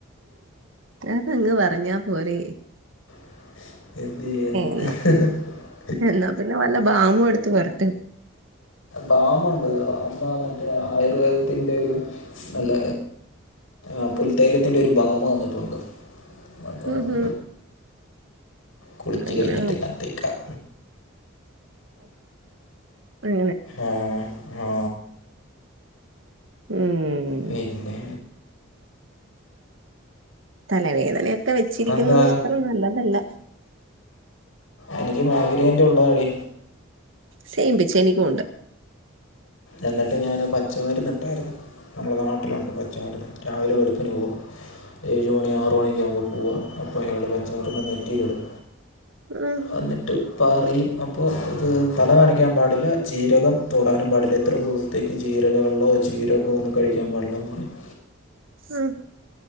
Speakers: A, on the right; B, on the left.
A: അതങ്ങ് പറഞ്ഞാ പോരേ
B: <inaudible>
A: എന്നാ എന്നാ പിന്നെ വല്ല ബാമും എടുത്ത് പൊരട്ട്
B: ബാമുണ്ട്. ബാമാ മറ്റേ ആയുർവേദത്തിന്റെ ഒരു നല്ല ആ പുൽത്തൈലത്തിന്റെ ഒരു ബാമ് വന്നിട്ടുണ്ട്. അപ്പോൾ
A: ഉം
B: അത് കുളിച്ച്
A: അങ്ങനെ
B: കഴിഞ്ഞിട്ട് എല്ലാം തേക്കാം
A: അങ്ങനെ
B: ആ, ആ,
A: ഉം
B: പിന്നെ
A: തലവേദനയൊക്കെ വെച്ചിരിക്കുന്നത്
B: എന്താ
A: അത്ര നല്ലതല്ല
B: എനിക്ക് മൈഗ്രേൻറെ ഉള്ളതാടി
A: സേംപിച്ച് എനിക്കും ഉണ്ട്
B: എന്നിട്ട് ഞാൻ പച്ചമരുന്ന് എടുത്താരുന്നു നമ്മളുടെ നാട്ടിലുണ്ട് പച്ചമരുന്ന്. രാവിലെ വെളുപ്പിന് പോകും ഏഴുമണി ആറുമണി യൊക്കെ ആകുമ്പം പോവുക അപ്പോൾ അയാളൊരു പച്ചമുരുന്ന് നെറ്റിയിലിടും
A: ഉം
B: അന്നിട്ട് പറയും അപ്പോൾ ഇത് തല നനയ്ക്കാൻ പാടില്ല ജീരകം തൊടാനും പാടില്ല ഇത്ര ദിവസത്തേക്ക് ജീരകവെള്ളമോ ജീരകമോ ഒന്നും കഴിക്കാൻ പാടില്ലെന്ന് പറയും
A: ഉം